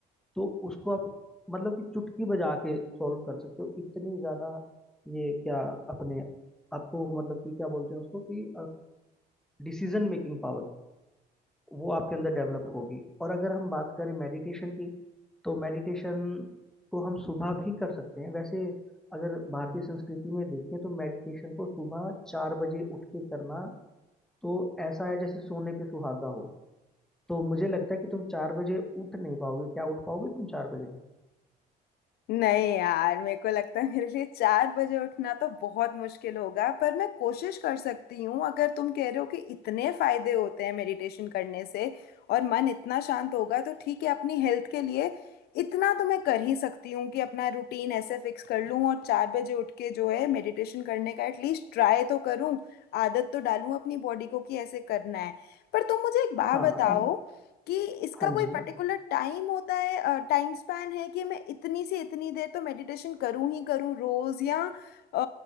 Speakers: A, in the centre; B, on the left.
A: तो उसको आप मतलब कि चुटकी बजा के सॉल्व कर सकते हो इतनी ज्यादा ये क्या अपने आपको मतलब कि क्या बोलते हैं उसको कि डिसीजन मेकिंग पावर वो आपके अंदर डेवलप होगी और अगर हम बात करें मेडिटेशन की तो मेडिटेशन को हम सुबह भी कर सकते हैं वैसे अगर भारतीय संस्कृति में देखें तो मेडिटेशन को सुबह चार बजे उठ के करना तो ऐसा है जैसे सोने पे सुहागा हो तो मुझे लगता है कि तुम चार बजे उठ नहीं पाओगे क्या उठ पाओगे तुम चार बजे
B: नहीं यार मेरे को लगता है मेरे लिए चार बजे उठना तो बहुत मुश्किल होगा पर मैं कोशिश कर सकती हूँ अगर तुम कह रहे हो कि इतने फायदे होते हैं मेडिटेशन करने से और मन इतना शांत होगा तो ठीक है अपनी हेल्थ के लिए इतना तो मैं कर ही सकती हूँ कि अपना रूटीन ऐसे फिक्स कर लूँ और चार बजे उठ के जो है मेडिटेशन करने का एटलीस्ट ट्राई तो करूँ आदत तो डालूँ अपनी बॉडी को कि ऐसे करना है पर तुम मुझे एक बात
A: हाँ
B: बताओ कि इसका
A: हाँ
B: कोई
A: जी
B: पर्टिकुलर टाइम होता है टाइम स्पैन है कि मैं इतनी से इतनी देर तो मेडिटेशन करूं ही करूं रोज या अ,